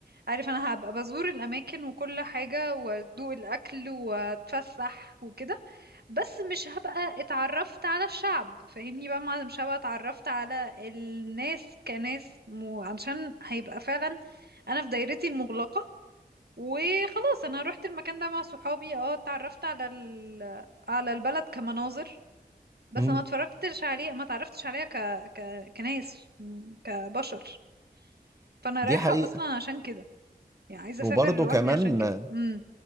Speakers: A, on the right; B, on the right.
A: عارف انا هبقى بزور الاماكن وكل حاجة وادوق الاكل واتفسح وكده بس مش هبقى اتعرفت على الشعب فاهمني بقى ما مش هبقى اتعرفت على الناس كناس مو عشان هيبقى فعلا انا في دايرتي المغلقة وخلاص انا روحت المكان ده مع صحابي اه اتعرفت على ال... على البلد كمناظر بس
B: مم.
A: ما اتفرجتش عليه ما اتعرفتش عليها ك... ك... كناس كبشر فانا
B: دي
A: رايحة
B: حقيقة
A: اصلا عشان كده يعني عايزة
B: وبرضه
A: اسافر لوحدي
B: كمان
A: عشان كده امم